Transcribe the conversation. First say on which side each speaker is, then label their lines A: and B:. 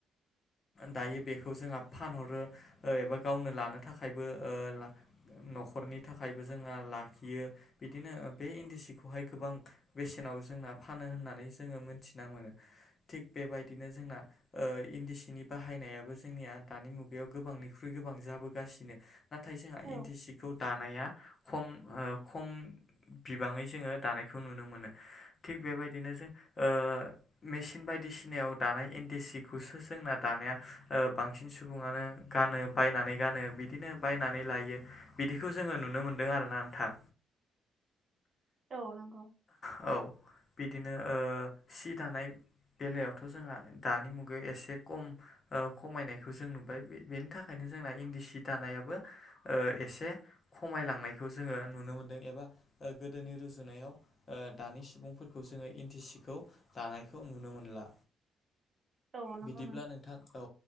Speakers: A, on the left; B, on the right.
A: दायो बेखौ जोंहा फानहरो ओ एबा गावनो लानो थाखायबो ओ नखरनि थाखायबो जोंहा लाखियो। बिदिनो ओह बे इन्दि सिखौहाय गोबां बेसेनाव जोंना फानो होननानै जोङो मोनथिना मोनो। थिग बेबायदिनो जोंना ओह इन्दि सिनि बाहायनायाबो जोंनिया दानि मुगायाव गोबां निख्रुय गोबां जाबोगासिनो नाथाय जोंहा
B: औ
A: इन्दि सिखौ दानाया खम ओ खम बिबाङै जोङो दानायखौ नुनोमोनो थिग बेबायदिनो जों ओ मेसिन बायदिसिनायाव दानाय इन्दि सिखौसो जोंना दानाया ओह बांसिन सुबुङानो गानो बायनानै गानो बिदिनो बायनानै लायो बिदिखौ जोङो नुनोमोन्दों आरोना आनोंथां।
B: औ नंगौ।
A: औ बिदिनो ओह सि दानाय बेलायावथ' जोंहा दानि मुगायाव एसे कम ओ खमायनायखौ जों नुबाय बे बेनि थाखायनो जोंना इन्दि सि दानायाबो ओ एसे खमायलांनायखौ जोङो नुनो मोन दों एबा ओ गोदोनि रुजुनायाव ओ दानि सुबुंफोरखौ जोङो इन्दि सिखौ दानाय खौ नुनो मोनला।
B: औ नंगौ
A: बिदिब्ला नोंथां औ